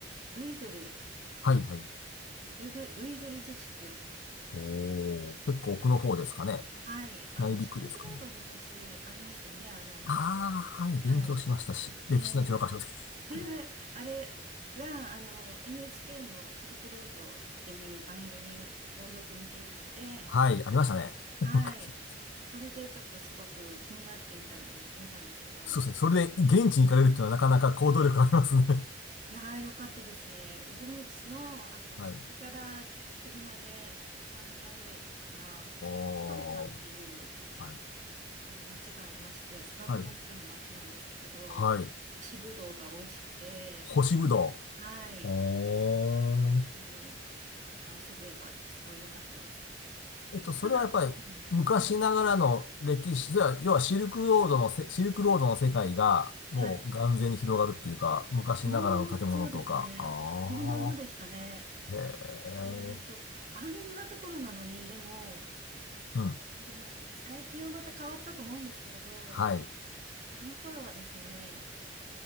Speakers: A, on the right (about 40°); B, on the left (about 85°).
A: ウイグル、
B: はい。はい。
A: ウイグ、ウイグル自治区、
B: おー、結構奥の方ですかね。
A: はい、あの、
B: 内陸ですかね。
A: シルクロード昔ありましたよね、あの、
B: ああ、はい。
A: はい。
B: 勉強しましたし、歴史の教科書で。
A: えー、<laughs>
B: <laughs>
A: あれが、あの、NHK のシルクロードっていう番組をよく見ていたので、
B: はい。ありましたね。<laughs>
A: はい。
B: 昔。
A: それでちょっとすごく気になっていたので行ってみたんですけど、
B: そうですね。それで現地に行かれるっていうのはなかなか行動力ありますね。
A: はい。いやー、よかったですね。ウルムチの、あとそこから車で3時間ぐらいかな、
B: はい。おー、
A: あの、トルファンっていう
B: はい。
A: あの町がありまして、砂漠の中の町なんですけれど、
B: はい。はい。
A: 干しぶどうが美味しくて、
B: 干しぶど
A: はい。
B: う。おー。
A: うん、なんか風情があってすごい良かったです。
B: えっと、それはやっぱり昔ながらの歴史、
A: ただ、うん、はい。
B: それは要はシルクロードのせ、シルクロードの世界がもう眼前に広がるっていうか、
A: はい。
B: 昔ながらの建物とか。
A: もう、そうですね。
B: あ
A: そのまんまでしたね。
B: あ。へえ。
A: えっと、あんなところなのに、でも、
B: うん。
A: でも、最近はまた変わったと思うんですけれど、
B: はい。
A: あの頃はですね、